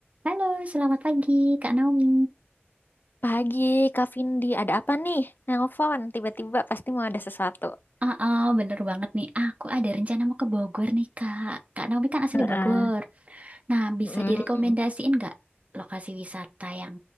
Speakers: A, on the right (about 35°); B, on the left (about 50°).
A: Halo, selamat pagi Kak Naomi.
B: Pagi, Kak Vindi, ada apa nih? Nelpon, tiba-tiba pasti mau ada sesuatu.
A: Ah, ah, bener banget nih. Aku ada rencana mau ke Bogor nih Kak. Kak Naomi kan asli
B: Heeh.
A: Bogor. Nah, bisa
B: Mm.
A: direkomendasiin nggak lokasi wisata yang